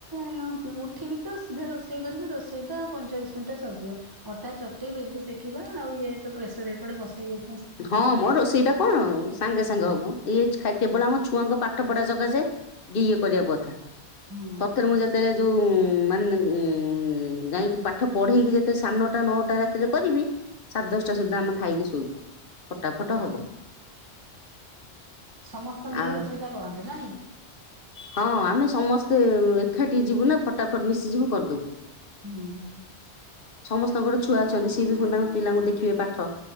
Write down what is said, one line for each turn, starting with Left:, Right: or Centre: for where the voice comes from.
Right: ଲୁ ଉଠିବିତ ସିଧା ରୋଷେଇ କରିବି ରୋଷେଇଟା ପଇଁଚାଳିଶି ମିନିଟ୍ରେ ସରିଯିବ। ଅଟା ଚଟେଇ ବେଲି ଶେଖିବା ଆଉ ଇଏ ତ ପ୍ରେସର ଏପଟେ ବସେଇ ଯେ
Left: ହଁ ମୋ ରୋଷେଇଟା କଣ ସାଙ୍ଗେ ସାଙ୍ଗେ ହବ ଇ କେବଳ ଆମ ଛୁଆଙ୍କ ପାଠ ପଢା ସକାଶେ ଏ ଇଏ କରିବା ପଥା
Right: ହଁ।
Left: ସତରେ ମୁଁ ଜା ତେଳେ ଯୋଉ ମାନେ ଉଁ ଯାଇକି ପାଠ ପଢେଇକି ଯେତେ ସାଢ଼େ ନଅଟା ନଅଟା ରାତିରେ କରିବି ସାଢ଼େ ଦଶଟା ସୁଦ୍ଧା ଆମେ ଖାଇକି ଶୋଇବୁ ଫଟା ଫଟ
Right: ହଁ
Left: ହବ।
Right: ସମସ୍ତଙ୍କ
Left: ଆଉ
Right: ପାଇଁ ରୋଷେଇଟା କରନ୍ତି ନାଁ ନାଇଁ?
Left: ହଁ ଆମେ ସମସ୍ତେ ଏଖାଠି ଯିବୁ ନା ଫଟାଫଟ୍ ମିଶିଯିବୁ କରିଦବୁ।
Right: ହୁଁ।
Left: ସମସ୍ତଙ୍କର ଛୁଆ ଅଛନ୍ତି ସିଏ ବି ଫୁଣି ତାଙ୍କ ପିଲାଙ୍କୁ ଦେଖିବେ ପାଠ।